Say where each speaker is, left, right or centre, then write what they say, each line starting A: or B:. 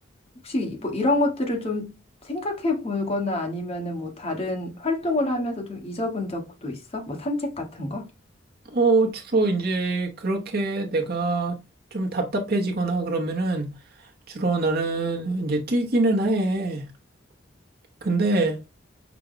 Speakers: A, on the left; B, on the right.
A: 혹시 뭐 이런 것들을 좀 생각해 보거나 아니면은 뭐 다른 활동을 하면서 좀 잊어본 적도 있어? 뭐 산책 같은 거?
B: 어, 주로 이제 그렇게 내가 좀 답답해지거나 그러면은 주로 나는 이제 뛰기는 해. 근데